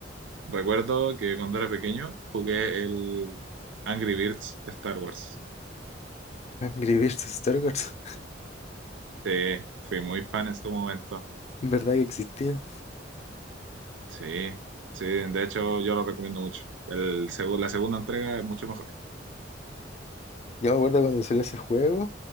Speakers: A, on the right; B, on the left.
A: Recuerdo que cuando era pequeño jugué el Angry Birds Star Wars.
B: <laughs> Escribirse Star Wars.
A: Sí, fui muy fan en su momento.
B: ¿Verdad que existía?
A: Sí, sí, de hecho yo lo recomiendo mucho. El, segu- la segunda entrega es mucho mejor.
B: Yo me acuerdo cuando salió ese juego,